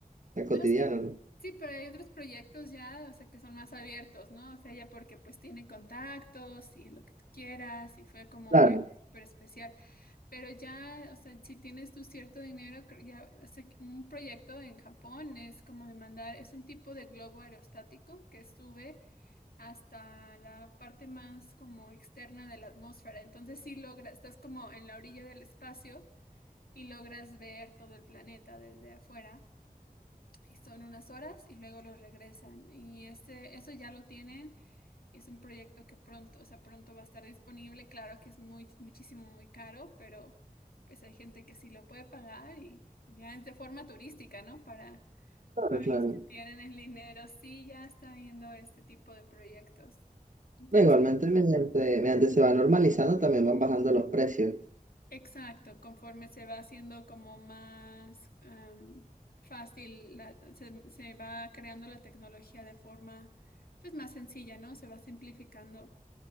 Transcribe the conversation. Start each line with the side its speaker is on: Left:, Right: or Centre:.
Right: tan cotidiano,
Left: No, sí,
Right: ¿no?
Left: sí, pero hay otros proyectos ya, o sea, que son más abiertos, ¿no? O sea, ya porque pues tiene contactos y lo que tú quieras y fue como
Right: Claro,
Left: un viaje súper especial. Pero ya, o sea, si tienes tu cierto dinero, creo ya, o sea, que un proyecto en Japón es como de mandar, es un tipo de globo aerostático que sube hasta la parte más como externa de la atmósfera. Entonces sí logras, estás como en la orilla del espacio y logras ver todo el planeta desde afuera y son unas horas y luego los regresan. Y este, eso ya lo tienen y es un proyecto que pronto, o sea, pronto va a estar disponible. Claro que es muy, muchísimo, muy caro, pero pues hay gente que sí lo puede pagar y, y ya es de forma turística, ¿no? Para,
Right: claro,
Left: para
Right: claro.
Left: los que tienen el dinero, sí, ya está viendo este tipo de proyectos. Interesante.
Right: No, Igualmente, mediante, mediante se va normalizando, también van bajando los precios.
Left: Exacto, conforme se va haciendo como más am, fácil, la- se, se va creando la tecnología de forma pues más sencilla, ¿no? Se va simplificando